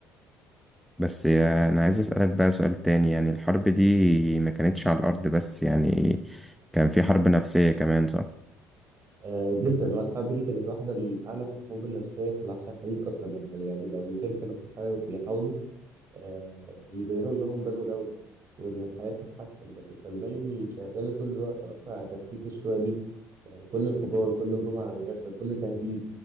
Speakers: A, in the centre; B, on the right.
A: بس آه، أنا عايز أسألك بقى سؤال تاني يعني الحرب دي ما كانتش على الأرض بس يعني كان في حرب نفسية كمان صح؟
B: آه جدا هو الحرب دي كانت واحدة من أعنف الحروب النفسية في العصر الحديث أصلا يعني يعني الأمريكان كانوا بيحاولوا آه، يبينوا لهم بدو ده وده وإن الحياة بتتحسن لكن طالبان شغالة طول الوقت أصلا على تفكيك الشوية دي يعني كل انفجار كل هجوم على المدرسة كل تهديد